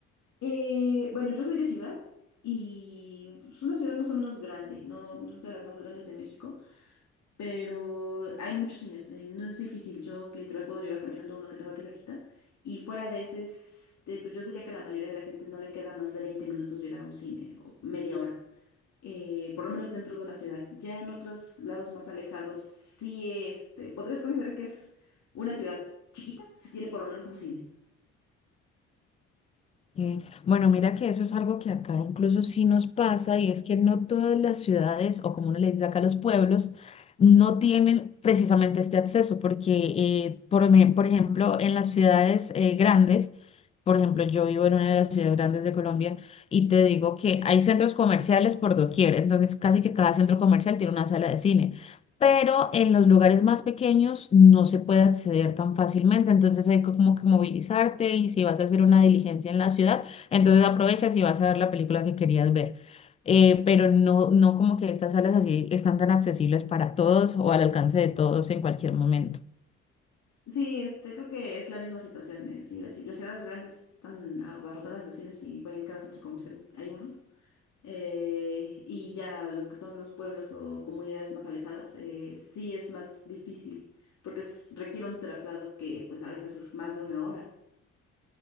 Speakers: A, on the left (about 60°); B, on the left (about 20°).
A: Eh, bueno, yo soy de ciudad y es una ciudad más o menos grande, no, no es de las más grandes de México. pero hay muchos cines, eh, no es difícil, yo literal puedo llegar caminando a uno que tengo aquí cerquita y fuera de ese, este, pues yo diría que a la mayoría de la gente no le queda más de 20 minutos llegar a un cine o media hora, eh, por lo menos dentro de una ciudad. Ya en otros lados más alejados, sí, este, podrías considerar que es una ciudad chiquita si tiene por lo menos un cine.
B: Eh, Bueno, mira que eso es algo que acá incluso sí nos pasa y es que no todas las ciudades o como uno le dice acá los pueblos no tienen precisamente este acceso porque eh, por, ejem- por ejemplo en las ciudades eh, grandes, por ejemplo yo vivo en una de las ciudades grandes de Colombia y te digo que hay centros comerciales por doquier, entonces casi que cada centro comercial tiene una sala de cine pero en los lugares más pequeños no se puede acceder tan fácilmente, entonces hay que como que movilizarte y si vas a hacer una diligencia en la ciudad, entonces aprovechas y vas a ver la película que querías ver. Eh, pero no, no como que estas salas así están tan accesibles para todos o al alcance de todos en cualquier momento.
A: Sí, este, creo que es la misma situación. eh, Sí, las, ci- las ciudades grandes están abarrotadas de cines y igual en cada centro comercial hay uno. Eh, y ya los que son los pueblos o comunidades más alejadas, eh, sí es más difícil, porque es- requiere un traslado que pues a veces es más de una hora.